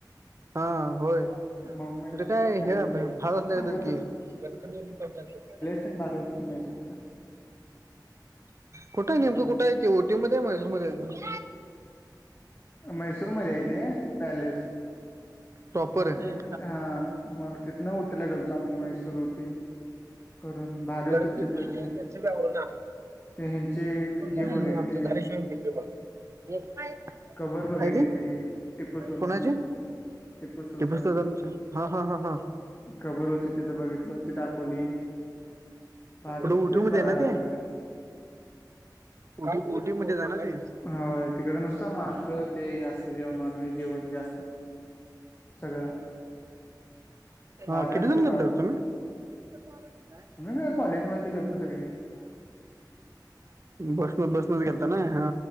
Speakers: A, on the right (about 40°); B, on the left (about 30°).
A: हा! होय म्हणजे
B: मग म्हैसूरचा
A: काय
B: पॅलेस
A: हे
B: बघितला
A: भात असल्या
B: भारी
A: की <unintelligible>
B: सम भारी हो त मैसूरचा.
A: कुठं नेमकं, कुठय ते ओटी मध्ये, मैसूर मध्ये येत.
B: मैसूर मदे आहे ते पॅलेस.
A: प्रॉपर आहे.
B: म हा म तिथन उटी, ला गेलतो आम्ही मैसूर उटी. करून भारी
A: गडबडीमध्ये
B: होतं तिथं ते
A: त्याच बी आवरणा.
B: ते ह्यांचे हे
A: आणि
B: बघितले
A: आमच धारेशीव बी पी मागयला <unintelligible>
B: कबर बघितले
A: कायतीं
B: ते टिपू सुलतान
A: कोणाची?
B: यांचे टिपू सुलतान
A: ते हा हा हा हा <unintelligible>
B: कबर होती तिथं बघितलं होती ती दाखवली, बारूत
A: कुठं ओटी
B: तेच
A: मध्ये
B: बघायला
A: आहे ना ते
B: सगळं.
A: ओटी ओटी मध्येच आहे ना ते?
B: हा व्हय तिकड नुसता मा स ते जास्त जेवन, नॉन व्हेज, जेवण जास्त सगळं. भारी
A: हा किती
B: असतंय
A: जण गेलता रें तुम्ही? <unintelligible> काय?
B: आमी काय कॉलेज मधले गेलंतो सगळी.
A: बसन बसनच गेलता ना हा.